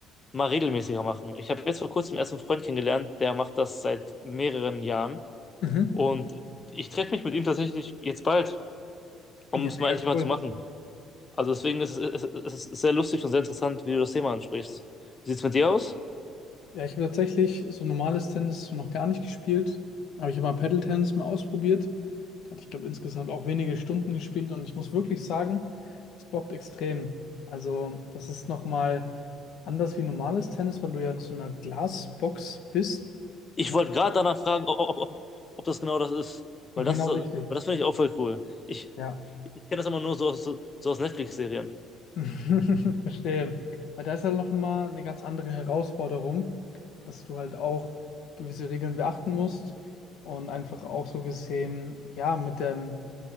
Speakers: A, on the left (about 20°); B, on the left (about 55°).
A: mal regelmäßiger machen. Ich habe jetzt vor kurzem erst einen Freund kennengelernt, der macht das seit mehreren Jahren.
B: Mhm.
A: Und ich treffe mich mit ihm tatsächlich jetzt bald, um
B: Ja,
A: es
B: mega
A: mal endlich mal
B: cool.
A: zu machen. Also deswegen ist es, ist, ist es sehr lustig und sehr interessant, wie du das Thema ansprichst. Wie sieht es mit dir aus?
B: Ja, ich habe tatsächlich so normales Tennis so noch gar nicht gespielt, aber ich habe mal Paddle-Tennis mal ausprobiert. Da hatte ich, glaube insgesamt auch wenige Stunden gespielt und ich muss wirklich sagen, das bockt extrem. Also, das ist nochmal anders wie normales Tennis, weil du ja in so einer Glasbox bist.
A: Ich
B: Na,
A: wollte gerade danach fragen, ob, ob, ob ob das genau das ist. Weil
B: Genau
A: das ist, weil
B: richtig.
A: das finde ich auch voll cool. Ich,
B: Ja.
A: ich kenne das immer nur so aus, so, so aus Netflix-Serien.
B: <laughs> Verstehe. Weil da ist halt noch mal eine ganz andere Herausforderung, dass du halt auch gewisse Regeln beachten musst und einfach auch so gesehen, ja, mit dem